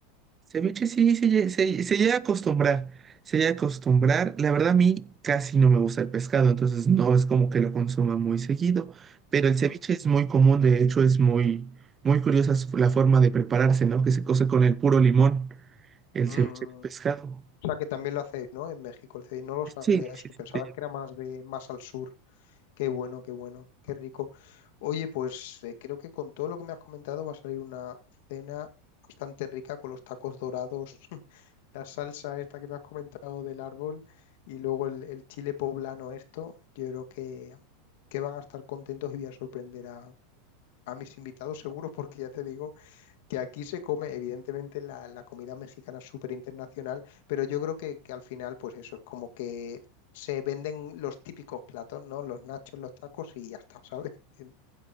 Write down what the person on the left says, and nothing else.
Ujú.
Mm.
O sea que también lo hacéis, ¿no? En México el ceviche, no lo sabía
eso,
pensaba
que era más de más al sur. Qué bueno, qué bueno, qué rico. Oye, pues eh, creo que con todo lo que me has comentado va a salir una cena bastante rica con los tacos dorados, <laughs> la salsa esta que me has comentado del árbol y luego el, el chile poblano esto. Yo creo que, que van a estar contentos y voy a sorprender a, a mis invitados seguros porque ya te digo que aquí se come, evidentemente, la, la comida mexicana es súper internacional, pero yo creo que, que al final, pues eso, es como que se venden los típicos platos, ¿no? Los nachos, los tacos y ya está, ¿sabes? <laughs> ¿Entiendes?